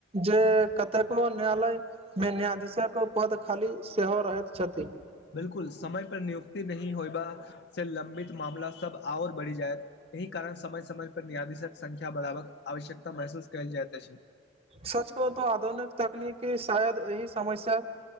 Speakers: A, on the right (about 35°); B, on the left (about 60°).
A: जे कतेको न्यालय मे न्यायाधीशक पद खाली सेहो रहैत छथि
B: बिलकुल समय पर नियुक्ति नहि होयबा से लंबित मामला सब आओर बढ़ी जाय एहि कारण समय समय पर न्यायधीसक संख्य बढ़ावक आवश्यकता महसूस कइल जाइत अछि
A: सच कहु तऽ आधुनिक तकनीकी शायद एहि समस्या